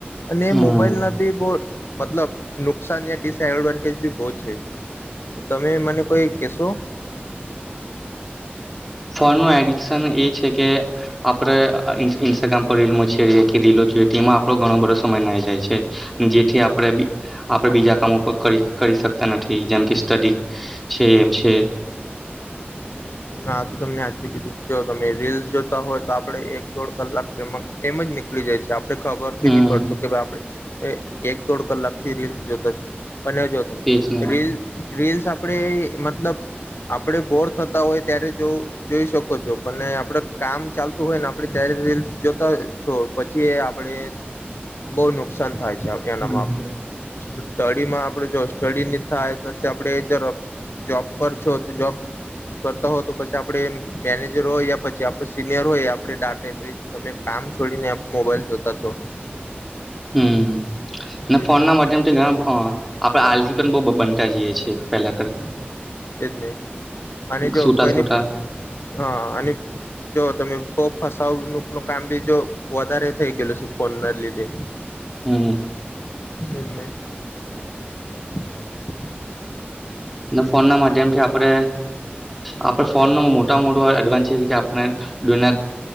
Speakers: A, on the left; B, in the centre.
A: અને
B: હમ
A: એ મોબાઈલ ના બી બો મતલબ નુકસાન યા ડિસએડવાન્ટેજ બી બો છે. તમે મને કોઈ કેસો
B: ફોનનું એડિકશન એ છે કે આપણે ઇન ઇન્સ્ટાગ્રામ પર રીલ મચેદયે કે રીલો જોઈએ તેમાં આપણો ઘણો બધો સમય નાહી જાય છે જેથી આપણે આપણે બીજા કામો પર કરી શકતા નથી જેમ કે સ્ટડી છે એમ છે.
A: આ તો તમને સાચું કીધું જો તમે રીલ્સ જોતા હોય તો આપડે એક દોઢ કલાક એમ જ નીકળી જાય છે. આપ ખબર
B: હમ
A: બી નહી પડતું કે ભાઈ આપડે એ એક દોઢ કલાકથી રીલ્સ જોતા છે બને જો તમે
B: તેજ ને
A: રીલ રીલ્સ આપડે મતલબ આપડે બોર થતા હોય ત્યારે જો જોઈ શકો છો અને આપડ કામ ચાલતું હોય ને આપણે ત્યારે રીલ્સ જોતા છો પછી આપણે બહુ નુકસાન થાય એનામાં
B: હમ
A: આપ સ્ટડીમાં આપડે જો સ્ટડી નહી થાય ક આપડે જ જોબ પર છો તો જોબ કરતા હોય તો પછી આપડે મેનેજર હોય યા પછી આપણ સિનિયર હોય આપે ડાટે પ તમે કામ છોડીને મોબાઈલ જોતા છો
B: હમ અને
A: એજ
B: ફોન
A: ને
B: ના માધ્યમથી ઘણા આપણે આલ પણ બ બનતા જઈએ છીએ પેલા કરતા
A: એજ નહી અને જો
B: સુટા
A: કોઈને
B: સુટા
A: હા અને જો તમે તો ફસાવ નું કામ બી જો વધારે થઈ ગયેલું છે ફોન ના લીધે
B: હમ
A: એટલે <inaudible>
B: ફોન ના માધ્યમથી આપણે આપણે ફોન ન મોટા મોટો એડવાન્સ કે આપણે દુનિયા